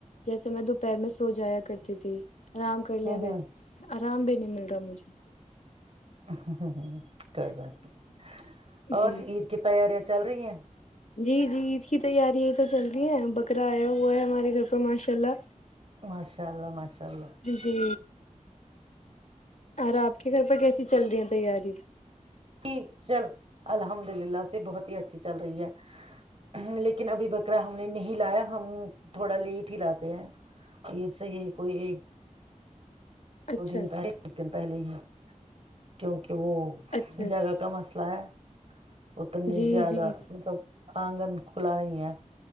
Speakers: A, on the left; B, on the right.
A: جیسے میں دپ پیر میں سو جایا کرتی تھی آرام کر لیا
B: ہوں
A: کر
B: ہوں
A: آرام بھی نہیں مل رہا مجھے
B: ہ ہ کوئی بات نہیں اور
A: جی
B: عید کی تیاریاں چل رہی ہیں
A: جی جی عید کی تیاریاں تو چل رہی ہیں بکرا آیا ہوا ہے ہمارے گھر پر ماشاء اللہ
B: ماشاء اللہ ماشاء اللہ
A: جی اور آپ کے گھر پر کیسی چل رہی ہیں تیاری
B: ج چل الحمد للہ سے بہت ہی اچھی چل رہی ہے لیکن ابھی بکرا ہم نے نہیں لایا ہم تھوڑا لیٹ ہی لاتے ہیں یہ س یہی کوئی ایک
A: اچھا
B: دو دن
A: اچھا
B: پہلے ایک دن پہلے ہی کیونکہ کہ وہ
A: اچھا اچھا
B: جگہ کا مسئلہ ہے اتنی
A: جی
B: زیادہ
A: جی جی
B: مطلب آنگن کھلا نہیں ہے